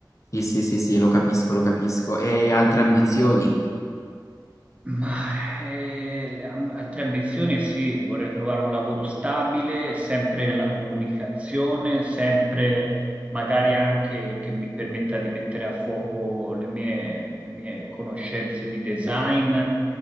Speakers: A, on the left (about 40°); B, on the right (about 15°).
A: Sì, sì, sì, sì, lo capisco, lo capisco. E altre ambizioni?
B: Ma eh, le amb- altre ambizioni sì, vorrei trovare un lavoro stabile, sempre nella comunicazione, sempre magari anche che mi permetta di mettere a fuoco le mie, le mie conoscenze di design